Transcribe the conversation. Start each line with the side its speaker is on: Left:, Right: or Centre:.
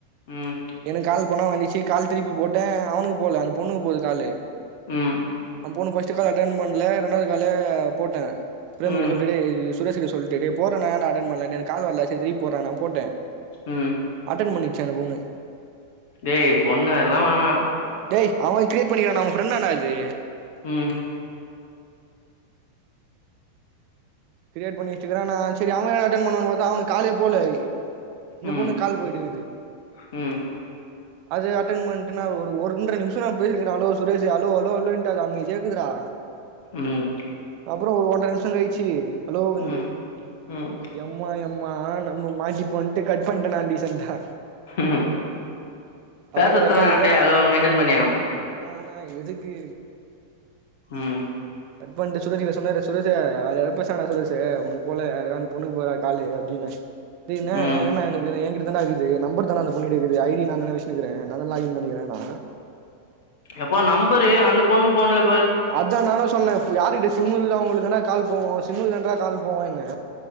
Left: ம் ம்
Right: எனக்கு கால் போனா வந்துச்சி கால் திருப்பி போட்ட அவுனுக்கு போல அந்த பொண்ணுக்கு போது காலு
Left: ம்
Right: அந்த பொண்ணு ஃபஸ்ட்டு கால் அட்டென் பண்ல ரெண்டாவது காலு போட்டே பிரேமுக்ட்ட
Left: ம்
Right: சொல்ட்டு டேய் சுரேஷ் கிட்ட சொல்ட்டு டேய் போடறன ஏன்டா அட்டன் பண்லன் எனக் கால் வல்ல சரி திருப்பி போடறானா போட்டே
Left: ம்
Right: அட்டன் பண்ணிச்சி அந்த பொண்ணு
Left: ஏய் பொண்ணெல்லாம் வேணா
Right: டேய் அவன் கிரியேட் பண்ணிக்கிறானா அவ ஃப்ரெண்டானா அது
Left: ம்
Right: கிரியேட் பண்ணி வச்சிருக்கா ஆன சேரி அவ அட்டன் பண்ணுவானு பாத்தா அவனுக்கு காலே போல ஹரி இந்த
Left: ம்
Right: பொண்ணுக்கு கால் போய்ட்டுருக்குது
Left: ம்
Right: அத அட்டன் பண்ட்டு நா ஒ ஒன்ற நிம்ஷ நா பேசிக்கிறே ஹலோ சுரேஷு ஹலோ ஹலோ ஹலோன்ட்டு அது அமைதியா இருக்குதுடா
Left: ம்
Right: அப்புற ஒரு ஒன்ற நிம்ஷ கழிச்சு ஹலோன்னுது
Left: ம் ம்
Right: எம்மா எம் மா நம்ம மாட்டி போன்ட்டு கட் பணட்ட நா ன்டா
Left: ம் பேசத்தானே
Right: அப்பற <unintelligible>
Left: அப்படியே அளவு மெயின்டென் பண்ணியா
Right: வேணா வேணா எதுக்கு
Left: ம்
Right: கட் பன்ட்டு சுரேஜுகிட சொன்னாரு சுரேஜு வேற யாரோ பேச்ராங்டா சுரேஜு உனுக்கு போல யாருக்கோ அந்த பொண்ணுக்கு போதா காலு அப்டீனு அப்டினா
Left: ம்
Right: <unintelligible> ஏன்கிட்டதான்டா இரு குது நம்பர் தாண்ணா அந்த பொண்ணுகிட்ட இருக்குது ஐடி நான்தாண்ணா வெஷ்னுகிற நான்தா லாகின் பண்ணிக்கிறேன்னா
Left: ப்பா நம்பரு அந்த பொண்ணு ஃபோன்ல
Right: அத்தா நானு சொன்ன இப் யாருகிட்ட சிம்மு இருக்குதோ அவுங்ளுக்தான்டா கால் போவோ சிம்முக்குதான்றா கால் போவோன்னு